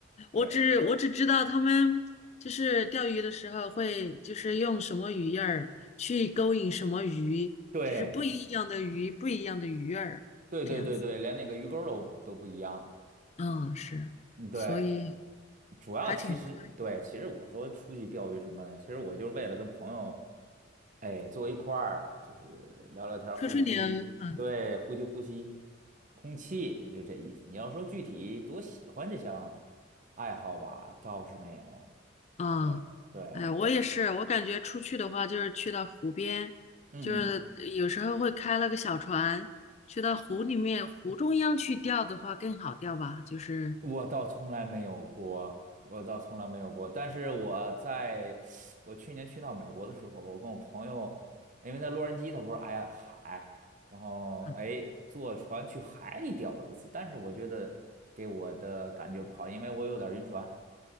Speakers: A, on the left; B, on the right.
A: 我只我只知道他们就是钓鱼的时候会就是用什么鱼饵儿去勾引什么鱼，
B: 对对
A: 就是不一样的鱼，不一样的鱼饵儿这样子。
B: 对对对对，连那个鱼钩儿都都不一样。
A: 嗯，是，
B: 嗯，对，
A: 所以
B: 主要其实对，
A: 还挺专业。
B: 其实我说出去钓鱼什么的，其实我就是为了跟朋友，哎，坐一块儿，就是聊聊天儿，
A: 吹吹牛，
B: 呼吸呼吸，
A: 啊。
B: 对，呼吸呼吸空气，就这意思。你要说具体多喜欢这项爱好吧，倒是没有。
A: 啊，
B: 对对，
A: 哎，我也是，我感觉出去的话，就是去到湖边，
B: 嗯嗯
A: 就是有时候会开了个小船，去到湖里面，湖中央去钓的话更好钓吧，就是，
B: 我倒从来没有过，我倒从来没有过。但是我在我去年去到美国的时候，我跟我朋友，因为在洛杉矶，它不是挨海，然后哎坐船去海里钓过一次，
A: 嗯
B: 但是我觉得给我的感觉不好，因为我有点晕船。